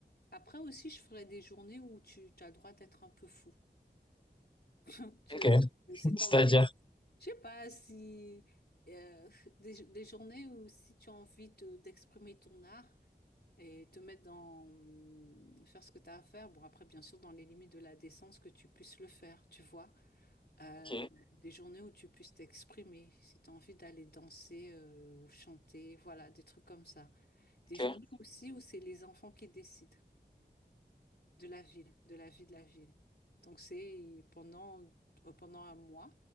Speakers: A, on the left; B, on the left.
A: Après aussi, je ferai des journées où tu, tu as le droit d'être un peu fou. <laughs> Tu-
B: Ok. <laughs>
A: Si tu
B: C'est-à-dire.
A: as envie, je sais pas si euh, des, des journées où si tu as envie de- d'exprimer ton art et te mettre dans faire ce que tu as à faire. Bon après, bien sûr, dans les limites de la décence que tu puisses le faire, tu vois. Euh,
B: Ok,
A: des journées où tu puisses t'exprimer, si tu as envie d'aller danser euh, ou chanter, voilà, des trucs comme ça. Des
B: ok.
A: journées aussi où c'est les enfants qui décident de la ville, de la vie de la ville. Donc c'est pendant, euh, pendant un mois